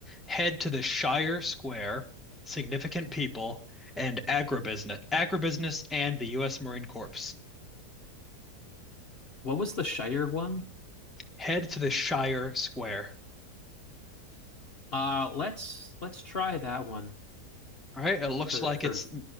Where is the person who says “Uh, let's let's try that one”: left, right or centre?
Left